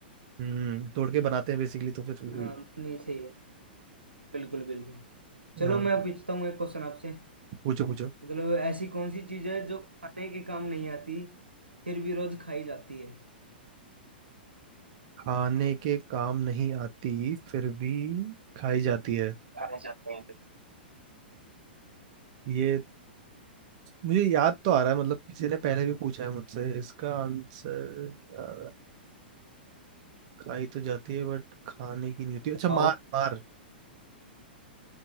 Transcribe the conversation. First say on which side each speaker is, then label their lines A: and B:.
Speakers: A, on the right (about 45°); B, on the right (about 80°).
A: हम्म तोड़ के बनाते हैं बेसिकली तो फिर वही
B: हाँ नहीं सही है बिल्कुल बिल्कुल चलो
A: हाँ,
B: मैं पूछता हूँ एक क्वेश्चन आपसे
A: पूछो पूछो
B: मतलब ऐसी कौन सी चीज है जो खाने के काम नहीं आती फिर भी रोज खाई जाती है
A: खाने के काम नहीं आती फिर भी खाई जाती है
B: खाने जाते हैं
A: ये मुझे याद तो आ रहा है मतलब किसी ने पहले भी पूछा है मुझसे इसका आंसर क्या- खाई तो जाती है बट खाने की नहीं होती अच्छा
B: आओ।
A: मार मार